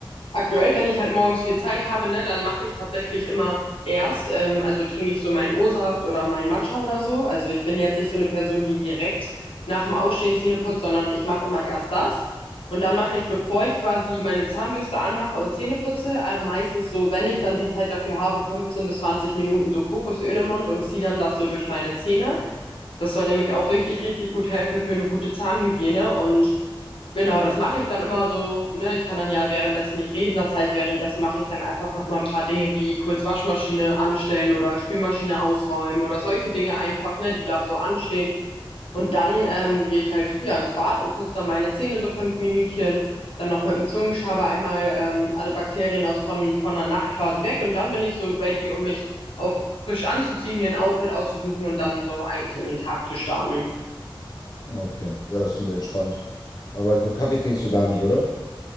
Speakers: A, on the left; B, on the left.
A: Aktuell, wenn ich halt morgens viel Zeit habe, ne, dann mache ich tatsächlich immer erst, ähm, also trinke ich so meinen O-Saft oder meinen Matcha oder so. Also ich bin jetzt nicht so eine Person, die direkt nach dem Aufstehen Zähne putzt, sondern ich mache immer erst das. Und dann mache ich, bevor ich quasi meine Zahnbürste anmache und Zähne putze, ähm, meistens so, wenn ich dann die Zeit dafür habe, 15 bis 20 Minuten so Kokosöl im Mund und ziehe dann das so durch meine Zähne. Das soll nämlich auch richtig, richtig gut helfen für eine gute Zahnhygiene. Und genau, das mache ich dann immer so. Ne? Ich kann dann ja währenddessen nicht reden. Das heißt, währenddessen mache ich dann einfach nochmal ein paar Dinge wie kurz Waschmaschine anstellen oder Spülmaschine ausräumen oder solche Dinge einfach, ne? die gerade so anstehen. Und dann ähm, gehe ich halt ja ins Bad und putze dann meine Zähne so fünf Minütchen. Dann noch mit dem Zungenschaber einmal ähm, alle Bakterien aus von, von der Nacht quasi weg. Und dann bin ich so ready, um mich auch frisch anzuziehen, mir ein Outfit auszusuchen und dann so eigentlich in den Tag zu starten.
B: Ah, Okay, ja, das klingt ja entspannt. Aber so Kaffee trinkst du gar nicht, oder?